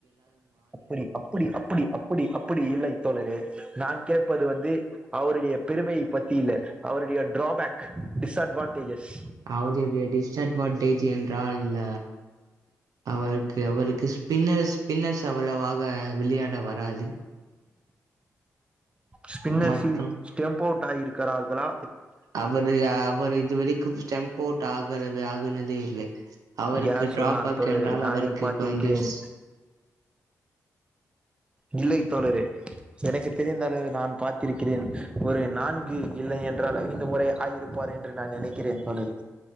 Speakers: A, on the right; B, on the right.
A: அப்பிடி அப்பிடி அப்பிடி அப்பிடி அப்பிடி இல்லை தோழரே நான் கேட்பது வந்து அவருடைய பெருமைையை பத்திய இல்ல அவருடைய டிராபேக்கு டிஸ் அட்வான்டேஜஸ்
B: அவருடைய டிஸ் அட்வான்டேஜ் என்றால்ல அவருக்கு அவருக்கு ஸ்பின்னர் ஸ்பின்னர்ஸ் அவ்ளோவாக விளையாட வராது
A: ஸ்பின்னர்ஸில்
B: மற்றும்
A: ஸ்டெம்ப் அவுட் ஆகிருக்கிறார்களா
B: அவரு அவரு இதுவரைக்கும் ஸ்டெம்போட் ஆகறவ ஆகனதே இல்லை அவருக்கு
A: யார்
B: ட்ராபெக்
A: சொன்னார் தோழரே
B: என்றால்
A: நானே
B: அவருக்கு
A: பார்த்திருக்கிறேன்
B: கொஞ்சோ ஸ்
A: இல்லை தோழரே எனக்கு தெரிந்தளவு நான் பார்த்திருக்கிறேன் ஒரு நான்கு இல்லை என்றால் ஐந்து முறை ஆயிருப்பார் என்று ன்று நான் நெனைக்கிறேன் தோழரே